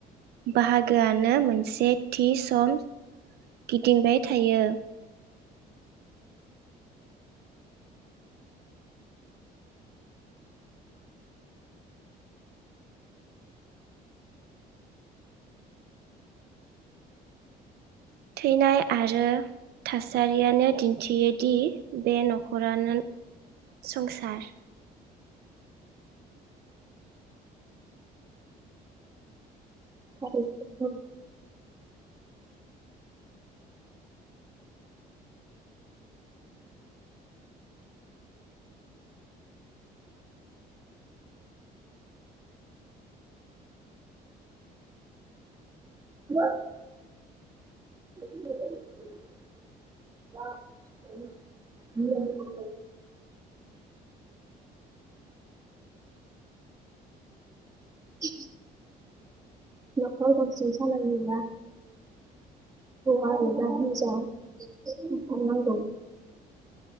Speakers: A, on the right; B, on the right.
A: बाहागोआनो मोनसे थि सम गिदिंबाय थायो। थैनाय आरो थासारियानो दिन्थियोदि बे न'खरानो संसार।
B: <unintelligible> <unintelligible> <unintelligible> <inaudible> न'खर गंसे सालायनोब्ला हौवा एबा हिनजाव थाथारनांगौ।